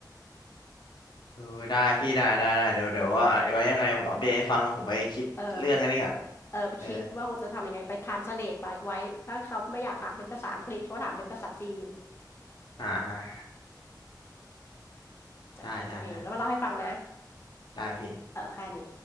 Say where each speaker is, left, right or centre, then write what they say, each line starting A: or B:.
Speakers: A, on the left (about 85°); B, on the left (about 35°).
A: เออได้พี่ได้ได้ได้ เดี๋ยวเดี๋ยวว่าไว้ยังไงผมอัปเดตให้ฟัง ผมไปคิดเรื่องอันนี้ก่อน
B: ๆเออเออไปคิดว่าควรจะทำยังไงไปทรานสเลทไปไว้ถ้าเขาไม่อยากถามเป็นภาษาอังกฤษก็ถามเป็นภาษาจีน
A: เอออ่า
B: จัดการตัวเองแล้วมาเล่าให้ฟังนะ
A: ได้ได้ได้ ได้พี่
B: เออแค่นี้